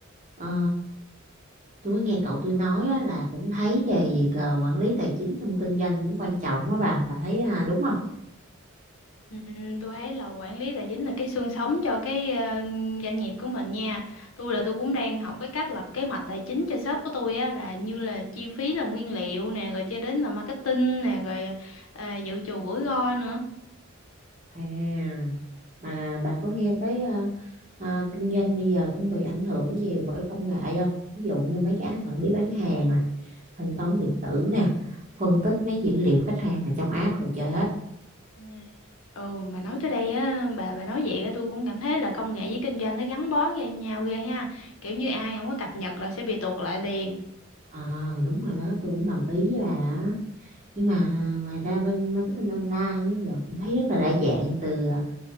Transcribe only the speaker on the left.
Ừm, tôi thấy là quản lý tài chính là cái xương sống cho cái ờ, doanh nghiệp của mình nha. Tôi là tôi cũng đang học cái cách lập kế hoạch tài chính cho shop của tôi á là như là chi phí là nguyên liệu nè, rồi cho đến là marketing nè, rồi ờ, dự trù rủi ro nữa.
Ừ. Ừ mà nói tới đây á bà bà nói vậy á tôi cũng cảm thấy là công nghệ với kinh doanh nó gắn bó với nhau ghê ha. Kiểu như ai không có cập nhật là sẽ bị tuột lại liền.